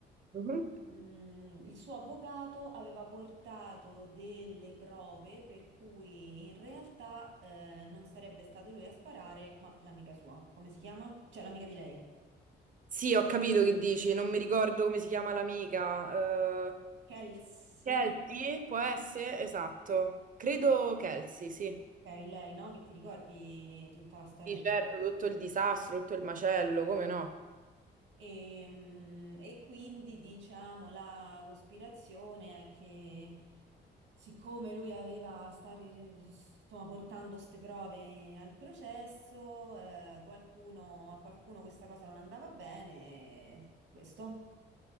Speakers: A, on the right; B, on the right.
A: Mhm.
B: Mm, il suo avvocato aveva portato delle prove per cui in realtà eh, non sarebbe stato lui a sparare, ma l'amica sua. Come si chiama? Cioè l'amica di lei.
A: Sì, ho capito che dici, non mi ricordo come si chiama l'amica. eh,
B: Kelsey?
A: Kelsey, può essere? Esatto. Credo Kelsey, sì.
B: Ok, lei, no? Che ti ricordi tutta la storia?
A: Sì, certo, tutto il disastro, tutto il macello, come no?
B: E, mm, e quindi diciamo la cospirazione è che siccome lui aveva stare insomma, portando queste prove al processo, eh, qualcuno, a qualcuno questa cosa non andava bene, questo.